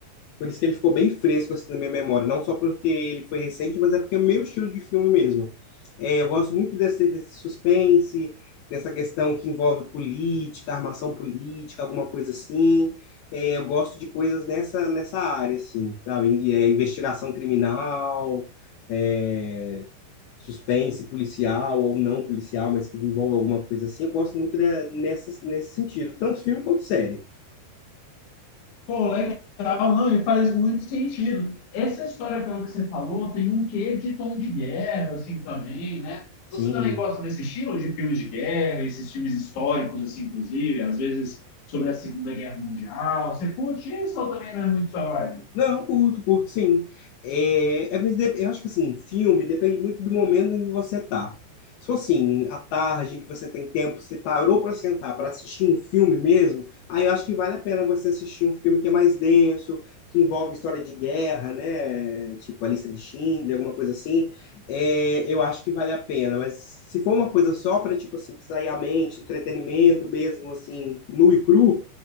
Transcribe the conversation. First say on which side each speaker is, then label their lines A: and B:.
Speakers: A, on the left; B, on the left.
A: por isso que ele ficou bem fresco assim na minha memória, não só porque ele foi recente, mas é porque é o meu estilo de filme mesmo. É, eu gosto muito desse, desse suspense, dessa questão que envolve política, armação política, alguma coisa assim. É, eu gosto de coisas nessa nessa área assim, sabe? É, investigação criminal, é, suspense policial ou não policial, mas que envolve alguma coisa assim. Eu gosto muito de, nessa, nesse sentido, tanto filme quanto série.
B: Pô, legal, não, e faz muito sentido. Essa história, pelo que você falou, tem um quê de tom de guerra, assim, também, né?
A: Sim.
B: Você também gosta desse estilo de filmes de guerra, esses filmes históricos, assim, inclusive, às vezes sobre a Segunda Guerra Mundial. Você curte isso ou também não é muito sua vibe?
A: Não, curto, curto, sim. É, é, mas dep- eu acho que assim, filme depende muito do momento em que você tá. Se for assim, à tarde, em que você tem tempo, você parou para sentar para assistir um filme mesmo, aí eu acho que vale a pena você assistir um filme que é mais denso, que envolve história de guerra, né? Tipo a lista de Schindler, alguma coisa assim. É, eu acho que vale a pena. Mas se for uma coisa só para, tipo assim, distrair a mente, entretenimento mesmo, assim, nu e cru.